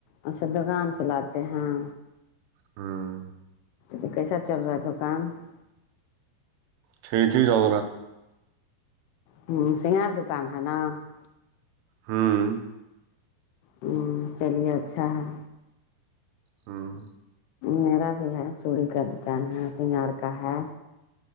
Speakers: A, on the left; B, on the right.
A: اچھا دکان چلاتے ہیں
B: ہاں <unintelligible>
A: تو کیسا چل رہا ہے دکان <unintelligible>
B: ٹیک ہی س <unintelligible>
A: ہ سگار دکان ہے نا <unintelligible>
B: ہوں <unintelligible>
A: ہوں چلیے اچھا ہے
B: ہوں
A: میرا بھی ہے چوڑی کا دکان ہے سگار کا ہے